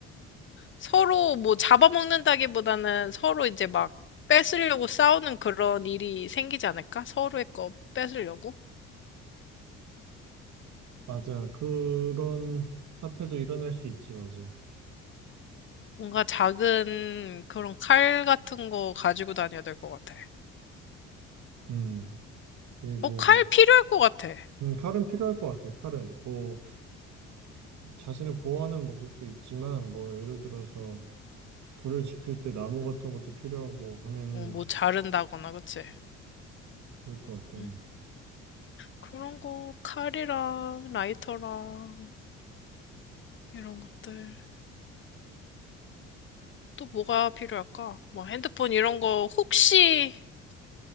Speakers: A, on the left (about 40°); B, on the right (about 65°).
A: 서로 뭐 잡아먹는다기보다는 서로 이제 막 뺏으려고 싸우는 그런 일이 생기지 않을까? 서로의 거 뺏으려고?
B: 맞아. 그런 사태도 일어날 수 있지, 맞아.
A: 뭔가 작은 그런 칼 같은 거 가지고 다녀야 될 것 같아.
B: 음. 그리고,
A: 어, 칼 필요할 것 같아.
B: 음, 칼은 필요할 것 같아, 칼은. 뭐, 자신을 보호하는 목적도 있지만, 뭐, 예를 들어서, 불을 지필 때 나무 같은 것도 필요하고 하면은,
A: 어, 뭐 자른다거나, 그치?
B: 그럴 것 같긴
A: 응.
B: 해.
A: 그런 거 칼이랑 라이터랑 이런 것들. 또 뭐가 필요할까? 뭐 핸드폰 이런 거 혹시